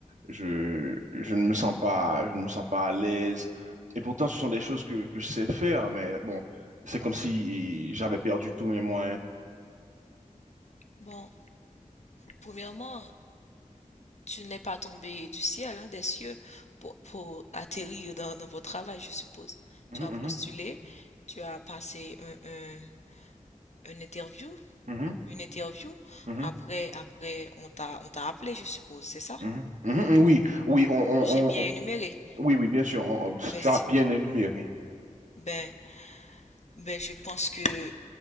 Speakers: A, on the right (about 65°); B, on the left (about 55°).
A: Je, je ne me sens pas, je ne me sens pas à l'aise. Et pourtant, ce sont des choses que, que je sais faire, mais bon, c'est comme si j'avais perdu tous mes moyens.
B: Bon, premièrement, tu n'es pas tombé du ciel, hein, des cieux, pour, pour atterrir dans, dans votre travail, je suppose.
A: Mhm,
B: Tu as postulé, tu as passé un, un- une interview,
A: mhm,
B: une interview.
A: mhm,
B: Après, après, on t'a, on t'a appelé, je suppose, c'est ça?
A: mhm, mhm, mhm, oui, oui, on, on-
B: J'ai
A: on-
B: bien
A: on-
B: énuméré,
A: oui, oui, bien sûr, on- on- tu
B: ben,
A: as bien énuméré.
B: Ben, ben, je pense que